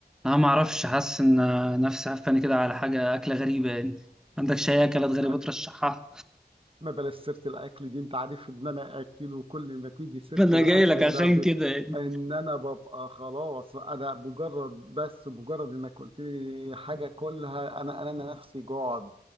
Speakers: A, in the centre; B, on the right.
A: انا ما اعرفش حاسس ان نفسي هفاني كده على حاجه اكله غريبه يعني ما عندكش اي اكلات غريبه
B: ما
A: ترشحها
B: ما بلاش سيرة الأكل دي أنت عارف إن أنا أكل وكل ما تيجي سيرة
A: فانا
B: الأكل
A: جاي لك عشان
B: ده ب...
A: كده يعني
B: إن أنا ببقى خلاص أنا مجرد بس مجرد إنك قلت لي حاجة كلها أنا أنا أنا نفسي جوعد